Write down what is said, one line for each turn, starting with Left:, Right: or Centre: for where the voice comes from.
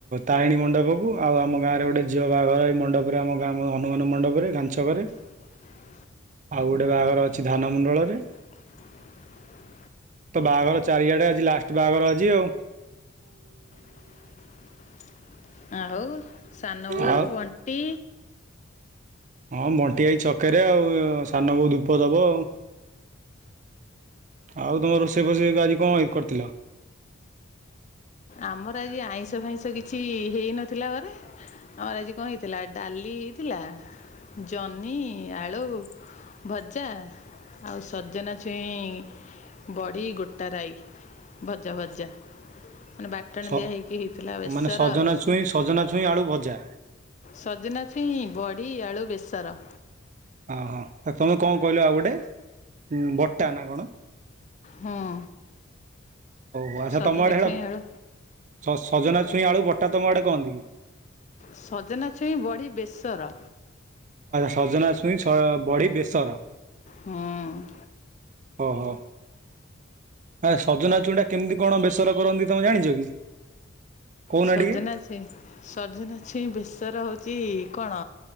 Right: ତାରିଣୀ ମଣ୍ଡପକୁ, ଆଉ ଆମ ଗାଁରେ ଗୋଟେ ଝିଅ ବାହାଘର ଏଇ ମଣ୍ଡପରେ ଆମ ଗାଁ ମଣ୍ଡପରେ ଗାଞ୍ଚକରେ।
Left: ହ <inaudible>
Right: ଆଉ ଗୋଟେ ବାହାଘର ଅଛି ଧାନମଣ୍ଡଳରେ
Left: <inaudible>
Right: ତ ବାହାଘର ଚାରିଆଡେ ଆଜି ଲାଷ୍ଟ ବାହାଘର ଆଜି ଆଉ
Left: <inaudible> ଆଉ ସାନ ବୋଉ
Right: ଆଉ
Left: ବଣ୍ଟି?
Right: ହଁ ବଣ୍ଟି ହେଇ ଛକରେ ଆଉ ସାନ ଵୋଉ ଧୂପ ଦବ ଆଉ ଆଉ ତମର ରୋଷେଇ ଫୋଷେଇ ଆଜି କଣଇ କରିଥିଲ?
Left: ଆମର ଆଜି ଆଇଁଷ ଫାଇଁଷ କିଛି ହେଇନଥିଲା ଘରେ ଆମର ଆଜି କଣ ହେଇଥିଲା ଡାଲି ହେଇଥିଲା ଜହ୍ନି ଆଳୁ ଭଜା ଆଉ ସଜନା ଛୁଇଁ ବଡ଼ି ଗୋଟାରାଇ ଭଜା ଭଜା ମାନେ ବାଟଣ
Right: ସ
Left: ଦିଆ ହେଇକି ହେଇଥିଲା ଆଉ ବେସର
Right: ମାନେ ସଜନା
Left: ଆଉ
Right: ଛୁଇଁ ସଜନା ଛୁଇଁ ଆଳୁ ଭଜା
Left: ସଜନା ଛୁଇଁ ବଢ଼ି ଆଳୁ ବେସର
Right: ଓ ହଁ ତମେ କଣ କହିଲ ଆଉ ଗୋଟେ ବଟା ନା କଣ?
Left: ହଁ।
Right: ଓଉୋ ଆଚ୍ଛା
Left: ସଜନା
Right: ତମ ଆଡେ ସେଟା
Left: ଛୁଇଁ
Right: <unintelligible>
Left: ଆଳୁ
Right: ଶଶ ସଜନା ଛୁଇଁ ଆଳୁ ବଟା ତମ ଆଡ଼େ କହନ୍ତି କି?
Left: ସଜନା ଛୁଇଁ ବଢ଼ି ବେଶର
Right: ସଜନା ଛଇଁ ସ ବଢି ବେସର
Left: ହୁଁ।
Right: ହ ହୋ। ଆ ସଜନା ଛୁଇଁଟା କେମିତି କଣ ବେସର କରନ୍ତି ତମେ ଜାଣିଛ କି? କହୁନା
Left: ସଜନା
Right: ଟିକେ
Left: ଛୁଇଁ ସଜନା ଛୁଇଁ ବେଶ ର ହଉଛି କଣ